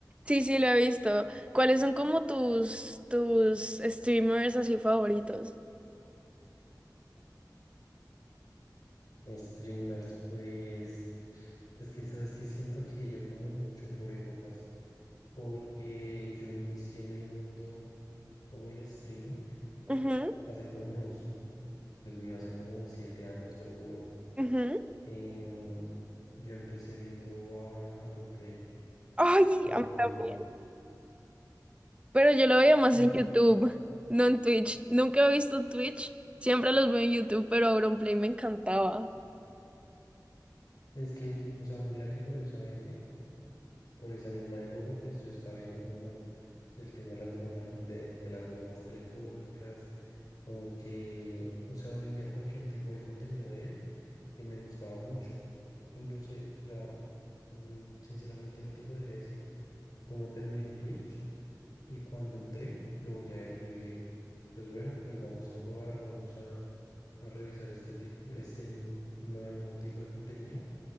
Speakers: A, on the right; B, on the left.
A: Sí, sí, lo he visto. ¿Cuáles son como tus, tus streamers así favoritos?
B: Streamers, pues es que sabes que siento que yo como mucho por épocas, porque yo inicié en el mundo como el streaming
A: Ujú,
B: hace como unos, Dios mío, hace como siete años, te lo juro.
A: ujú.
B: Em, yo empecé viendo a Auronplay
A: Ay,
B: en
A: a mí
B: Twitch.
A: también. Pero yo lo veía más
B: Sí.
A: en YouTube, no en Twitch. Nunca he visto Twitch, siempre los veo en YouTube, pero Auronplay me encantaba.
B: Es que, o sea, mira que curiosamente Por esa misma época, pues yo estaba viendo como el tema de las bromas, de, de las bromas telefónicas, como que, o sea, veía cualquier tipo de contenido de él y me gustaba mucho. Y no sé, o sea, mm, sinceramente no te podría decir cómo terminé en Twitch. Y cuando entré, lo vi a él, yo dije, pues bueno, pues vamos a probar, vamos a, a revisar este tipo, este n- nuevo tipo de contenido